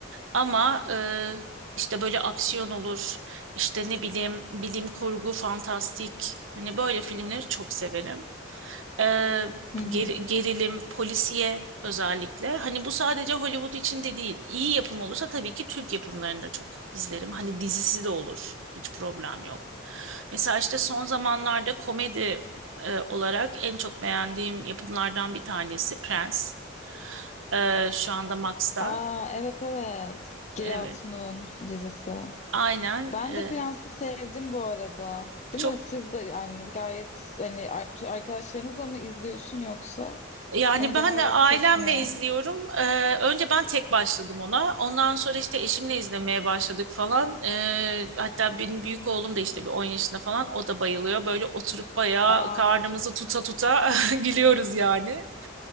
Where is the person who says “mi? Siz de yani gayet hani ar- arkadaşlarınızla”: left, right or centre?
Left